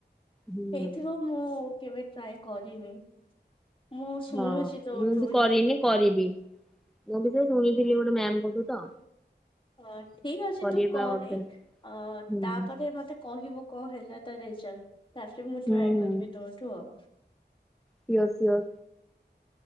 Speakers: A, in the centre; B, on the left (about 30°).
A: ହୁଁ
B: ହେଇଥିବ ମୁଁ କେବେ ଟ୍ରାଏ କରିନି। ମୁଁ ଶୁଣୁଛି
A: ହଁ
B: ତୋଠୁ
A: ମୁଁ ବି
B: ହିଁ
A: କରିନି କରିବି। ମୁଁ ବି ସେଇ ଶୁଣିଥିଲି ଗୋଟେ ମ୍ୟାମ କଠୁ ତ।
B: ହଁ ଠିକ ଅଛି
A: କରିବା
B: ତୁ କରେ
A: ବା ଗୋଟେ
B: ଅ
A: ଦିନ। ହୁଁ
B: ତାପରେ ମତେ କହିବୁ କ ହେଲା ତା ରେଜଲ୍ଟ? ତାପରେ ମୁଁ
A: ହୁଁ
B: ଟ୍ରାଏ
A: ହୁଁ
B: କରିବି ତୋଠୁ ଆଉ
A: ସିଓର ସିଓର